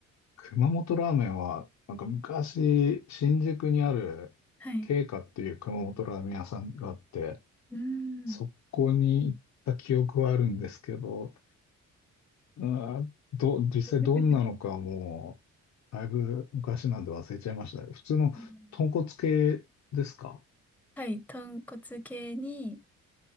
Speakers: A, on the left (about 65°); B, in the centre.
A: 熊本ラーメンは、なんか昔、新宿にある、
B: はい。
A: 慶華っていう熊本ラーメン屋さんがあって、
B: うーん。
A: そこに行った記憶はあるんですけど、あーど、実際どんなのかもう、
B: <laughs>
A: だいぶ昔なんで忘れちゃいましたね。普通の豚骨系ですか
B: うんはい。豚骨系に、